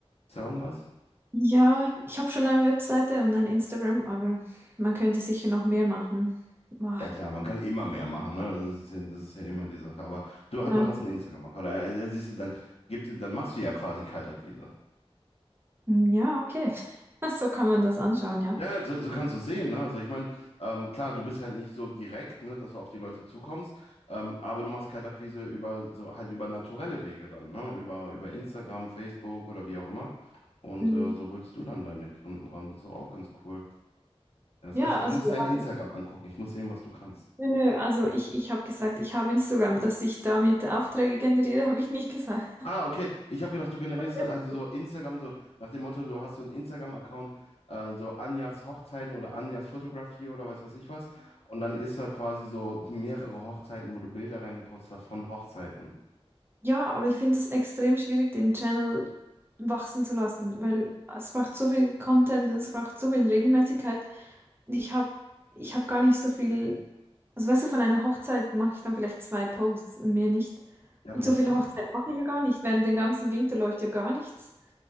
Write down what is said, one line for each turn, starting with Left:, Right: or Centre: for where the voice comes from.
Left: Ist da irgendwas?
Right: Ja, ich habe schon eine Webseite und ein Instagram, aber man könnte sicher noch mehr machen. Ah,
Left: Ja klar, man kann immer mehr machen, ne? Das ist, ja- das ist ja immer die Sache. Aber du,
Right: Ja,
Left: hast- du hast einen Instagram-Account. Äh, Da siehst du, dann gibt, es- dann machst du ja quasi Kaltakquise.
Right: Hm, ja, okay. <laughs> So kann man das anschauen, ja.
Left: Ja, so, so kannst du es sehen, ne? Also ich meine, ähm, klar, du bist halt nicht so direkt, ne, dass du auf die Leute zukommst, ähm, aber du machst Kaltakquise über so halt über naturelle Wege dann, ne? Über, über Instagram, Facebook oder wie auch immer. Und
Right: Hm,
Left: äh, so holst du dann deine Kunden ran. Das ist doch auch ganz cool. Ja, Das
Right: Ja,
Left: heißt, ich
Right: also
Left: muss
Right: ja.
Left: dein Instagram angucken. Ich muss sehen, was du kannst.
Right: Nö, nö, also ich, ich habe gesagt, ich habe Instagram, dass ich damit Aufträge generiere, <laughs> habe ich nicht gesagt.
Left: Ah, okay. Ich habe gedacht, du generierst
Right: <laughs>
Left: das- also so Instagram, so nach dem Motto, du hast so einen Instagram-Account, äh, so Anjas Hochzeiten oder Anjas Fotografie oder weiß was ich was. Und dann ist da quasi so mehrere Hochzeiten, wo du Bilder reingepostet hast von Hochzeiten.
Right: Ja, aber ich finde es extrem schwierig, den Channel wachsen zu lassen, weil es braucht so viel Content, es braucht so viel Regelmäßigkeit. Ich habe ich hab gar nicht so viel, also weißt du, von einer Hochzeit mache ich dann vielleicht zwei Posts und mehr nicht.
Left: Ja,
Right: Und
Left: aber das
Right: so viele
Left: reicht
Right: Hochzeiten
Left: ja.
Right: mache ich ja gar nicht. Während den ganzen Winter läuft ja gar nichts.